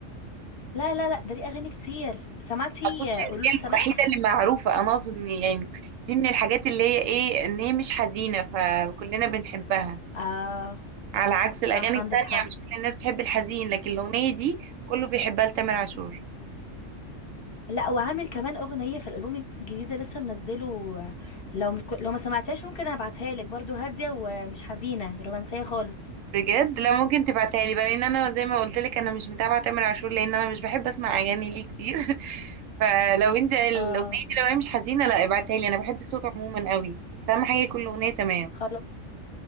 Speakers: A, on the left; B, on the right.
A: لا لا لا ده ليه اغاني كتير سمعتي
B: اقصدش
A: آه،
B: ان
A: قولوا
B: هي
A: له سماح
B: الوحيده اللي معروفه انا اقصد ان يعني دي من الحاجات اللي هي ايه ان هي مش حزينه فكلنا بنحبها
A: اه
B: على عكس
A: صح
B: الاغاني التانية
A: عندك حق
B: مش كل الناس بتحب الحزين لكن الاغنيه دي كله بيحبها لتامر عاشور
A: لا وعامل كمان اغنيه في الالبوم الجديد اللي لسه منزله لو مك... لو ما سمعتهاش ممكن ابعتها لك برضو هاديه ومش حزينه رومانسيه خالص
B: بجد لا ممكن تبعتها لي بقى لان انا زي ما قلت لك انا مش متابعه تامر عاشور لان انا مش بحب اسمع اغاني ليه كتير <laughs> فلو انت الاغنيه
A: اه
B: دي لو هي مش حزينه لا ابعتها لي انا بحب صوته عموما قوي بس اهم حاجه يكون الاغنيه تمام
A: خلاص